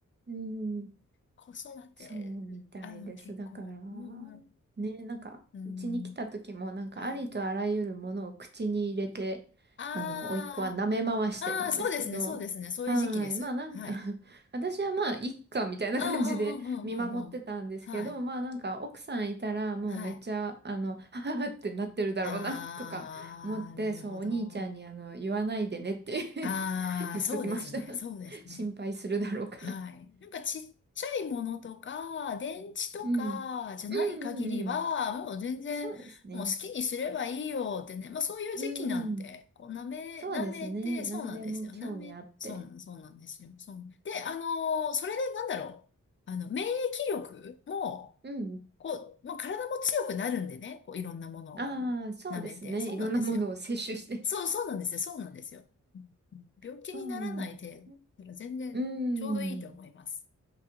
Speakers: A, on the right; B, on the left.
A: うーん。
B: 子育て、
A: そうみたいです。
B: あの、結構、
A: だから、
B: うん、
A: ね、なんか、
B: うん、
A: うちに来た時も、なんか、
B: はい。
A: ありとあらゆるものを口に入れて、
B: あ
A: あの、甥っ子は舐め回してたんですけど、
B: あ、ああ、そうですね、そうですね、そういう時期です。
A: はーい。まあなんか
B: はい。
A: <laughs> 私はまあ、いっか、みたいな感じで見守ってたんですけど、
B: うんうんうんうんうんうん。はい。
A: まあなんか、奥さんいたら、もうめっちゃ、
B: はい。
A: あの、<laughs> ははってなってるだろうな、
B: ああ、
A: <laughs> とか思って、
B: なるほど。
A: そう、お兄ちゃんに、あの、言わないでねって
B: ああ、
A: <laughs> 言っときました。
B: そうですね。
A: <laughs>
B: そうですね。
A: 心配するだろうから。
B: はい。なんかちっちゃいものとか、電池とかじゃない限りは、
A: うん。うんうんうん。
B: もう全然、
A: そうですね。
B: もう好きにすればいいよってね。まあそういう時期なんで、
A: うん。
B: こう舐め、
A: そうですね。
B: 舐めて、
A: 何でも興味あって。
B: そうなんですよ。舐め、そうなん、そうなんですよ。そう。で、あのーそれでなんだろう。あの、免疫力も、
A: うん。
B: こう、まあ、体も強くなるんでね。こう、いろんなものをこう、
A: ああ、そうですね。
B: 舐めて。そうなんですよ。
A: いろんなものを摂取して。
B: そう、そうなんですよ。そうなんですよ。うん病気にならない程度。
A: そうなんですよね。
B: だから全然ちょうどいいと思います。
A: うん。